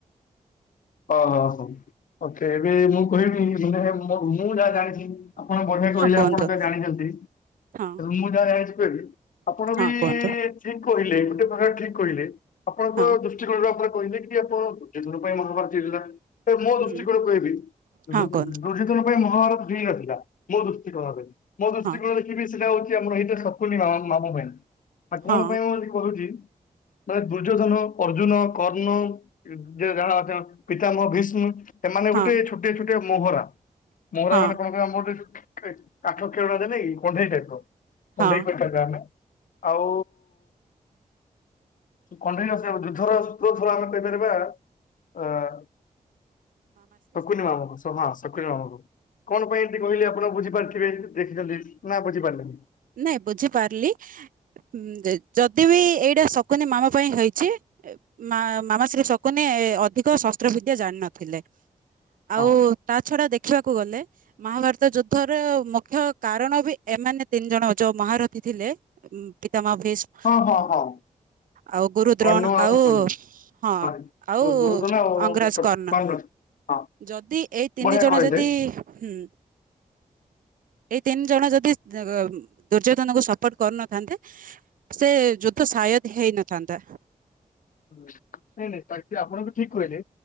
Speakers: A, on the left (about 75°); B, on the right (about 85°).
A: ଓହୋ ହୋ ହଉ ଓକେ ଏବେ ମୁଁ କହିବି ମାନେ ମୁଁ ଯାହା ଜାଣିଛି। ଆପଣ ବଢିଆ
B: ହଁ
A: କହିଲେ
B: କୁହନ୍ତୁ
A: ଆପଣ ଯାହା ଜାଣିଛନ୍ତି
B: ହଁ
A: ମୁଁ ଯାହା ଜାଣିଛି କହିବି। ଆପଣ ବି
B: ହଁ କୁହନ୍ତୁ
A: ଠିକ କହିଲେ ଗୋଟେ ପ୍ରକାର ଠିକ କହିଲେ ଆପଣଙ୍କ
B: ହଁ
A: ଠିକ ଆପଣ କହିଲେ କି ଆପଣ ଜିନ ପାଇଁ ମହାଭାରତୀଥିଲା ମୋ ଦୃଷ୍ଟିକୋଣ
B: ହୁଁ
A: କହିବି <unintelligible>
B: ହଁ
A: ଦୁର୍ଯ୍ୟଧନ
B: କୁହନ୍ତୁ
A: ପାଇଁ ମହାଭାରତ ହେଇନଥିଲା ମୋ ଦୃଷ୍ଟିକୋଣରେ ମୋ ଦୃଷ୍ଟିକୋଣରେ
B: ହଁ
A: ମେ ବି ସେଇଟା ହଉଛି ଆମର ଏଇଟା ଶକୁନୀ ମାମା ପାଇଁ ଆଉ କଣ
B: ହଁ
A: ପାଇଁ ମୁଁ କହୁଛି ମାନେ ଦୁର୍ଯ୍ୟୋଧନ ଅର୍ଜୁନ କର୍ଣ୍ଣ ଯ ଯାହା ଅଛନ୍ତି। ପିତାମହ ଭୀଷ୍ମ ଏମାନେ
B: ହଁ
A: ଗୋଟେ ଛୋଟିଆ ଛୋଟିଆ ମୋହରା। ମୋହରା
B: ହଁ
A: ମାନେ କଣ କହିବେ ଆମରେ ଆଠ ଖେଳନା ଦେଲେକି କଣ୍ଢେଇଟାଇପର
B: ହଁ
A: କଣ୍ଢେଇ ପରିକା ଆମେ ଆଉ କଣ୍ଢେଇ ନ୍ୟସର ଯୁଦ୍ଧର ଥର ଆମେ କହିପାରିବା ଅ <unintelligible> ଶକୁନି ମାମୁଁକୁ ସ ହଁ ଶକୁନି ମାମୁଁକୁ କଣ ପାଇଁ ଏମିତି କହିଲେ ଆପଣ ବୁଝିପାରଥିବେ ଦେଖିଛନ୍ତି ନା ବୁଝିପାରିଲେନି।
B: ନାଇଁ ବୁଝିପାରିଲି ଉଁ ଯଦି ବିି ଏଇଟା ଶକୁନି ମାମା ପାଇଁ ହେଇଛି। ମା ମାମା ଶ୍ରୀ ଶକୁନି ଅଧିକ ଶସ୍ତ୍ରବିଦ୍ୟା ଜାଣିିନଥିଲେ ଆଉ
A: ହଁ
B: ତା ଛଡା ଦେଖିବାକୁ ଗଲେ ମହାଭାରତ ଯୁଦ୍ଧର ମୁଖ୍ୟ କାରଣ ବି ଏମାନେ ତିନି ଜଣ ଯଉ ମହାରଥୀ ଥିଲେ ପିତାମା ଭିଶ
A: ହଁ ହଁ ହଁ।
B: ଆଉ ଗୁରୁଦ୍ରୋଣ
A: କର୍ଣ୍ଣ
B: ଆଉ
A: ଶକୁନି।
B: ହଁ
A: ସରି
B: ଆଉ
A: ଦୁର୍ଯ୍ୟୋଧନ ଆଉ
B: ଅଙ୍ଗରାଜ କର୍ଣ୍ଣ।
A: ପାଣ୍ଡୁ। ହଁ
B: ଯଦି ଏଇ ତିନି
A: ବଢିଆ
B: ଜଣ
A: କହିଲେ।
B: ଯଦି ହୁଁ। ଏଇ ତିନି ଜଣ ଯଦି। ଦୁର୍ଯ୍ୟୋଧନକୁ ସପୋର୍ଟ କରୁନଥାନ୍ତେ ସେ ଯ। ଆୟଦ୍ ହେଇନ ଚାନ୍ଦ।
A: ନାଇଁ ନାଇଁ ତା ଆପଣଙ୍କୁ ଠିକ କୁହନି